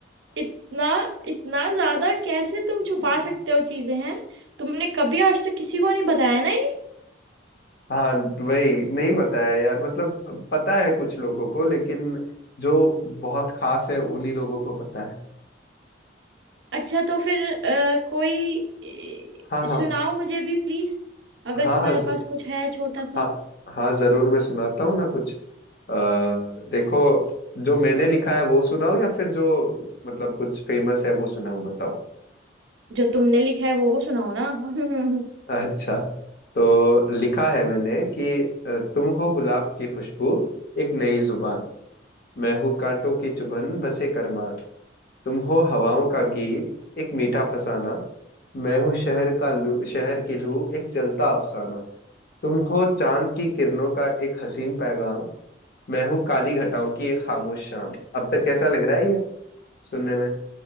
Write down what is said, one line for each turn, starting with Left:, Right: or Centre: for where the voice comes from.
Right: इतना इतना ज्यादा कैसे तुम छुपा
Left: हाँ
Right: सकते हो चीजें हैं तुमने कभी आज तक किसी को नहीं बताया ना ये?
Left: हाँ वही नहीं बताया यार मतलब पता है कुछ लोगों को लेकिन जो बहुत खास है उन्हीं लोगों को पता है
Right: अच्छा तो फिर अ, कोई अ,
Left: हाँ हाँ
Right: सुनाओ मुझे भी प्लीज अगर
Left: हाँ
Right: तुम्हारे
Left: हाँ ज,
Right: पास कुछ है छोटा सा
Left: हाँ हाँ जरूर मैं सुनाता हूँ ना कुछ आ, देखो जो मैंने लिखा है वो सुनाऊँ या फिर जो मतलब कुछ फेमस है वो सुनाऊँ बताओ
Right: जो तुमने लिखा है वो सुनाओ ना <laughs>
Left: अच्छा तो लिखा है मैंने कि अ, तुम हो गुलाब की खुशबू एक नई जुबान मैं हूँ कांटों की चुभन बसे करमान तुम हो हवाओं का गीत एक मीठा फसाना मैं हूँ शहर का लू शहर की लू एक जलता अफसाना तुम हो चांद की किरणों का एक हसीन पैगाम मैं हूँ काली घटाओं की एक खामोश शाम अब तक कैसा लग रहा है ये सुनने में